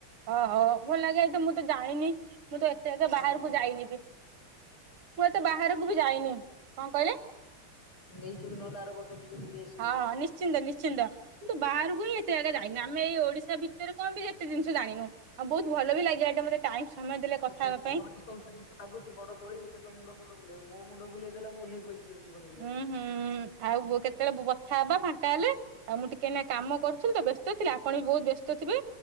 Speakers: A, on the right; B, on the left.
A: ଓ ହୋ ଭଲ ଲାଗେ, ଏଇ ତ ମୁଁ ତ ଜାଣିନି? ମୁଁ ତ ଏତେ ଏକେ ବାହାରକୁ
B: ଆର ବର୍ଷ
A: ଯାଇନି ବି। ମୁଁ ଏତେ ବାହାରକୁ ବି ଯାଇନି, କଣ କହିଲେ?
B: ନେଇଯିବୁ ନହେଲେ ଆର ବର୍ଷ ଯିବି ବୁଲି ଆସି
A: ହଁ- ହଁ ନିଶ୍ଚିନ୍ତ ନିଶ୍ଚିନ୍ତ, କିନ୍ତୁ ବାହାରକୁ ହିଁ ଏତେ ଜାଗା ଯାଇନୁ। ଆମେ ଏଇ ଓଡିଶା ଭିତରେ କଣ ବି ଯା କେତେ ଜିନିଷ ଜାଣିନୁ? ଆଉ ବହୁତ ଭଲ ବି ଲାଗିଲା ଏଇଟା ମତେ ଟାଇମ ସମୟ ଦେଲେ
B: ଆଉ
A: କଥା
B: ସେ
A: ହେବା
B: <unintelligible>
A: ପାଇଁ
B: ଲାଗୁଛି ବଡ ଦୋଳି ସେ ତ ମୁଣ୍ଡ ଫୁଣ୍ଡ ବୁଲେଇବ ମୋ ମୁଣ୍ଡ ବୁଲେଇ ଦେଲା, ମୁଁ ଓଲ୍ହେଇ ପଇଲି ସେଠୁ। ଜୀବନ ବିକଳ
A: ଉୁଁ -ହୁଁ ଆଉ କେତେବେଳେ କଥା ହବା ଫାଙ୍କା ହେଲେ? ଆଉ ମୁଁ ଟିକେ କାଇଁ ନା କାମ କରୁଥିଲି ତ ବ୍ୟସ୍ତ ଥିଲି, ଆପଣ ବି ବହୁତ ବ୍ୟସ୍ତ ଥିବେ।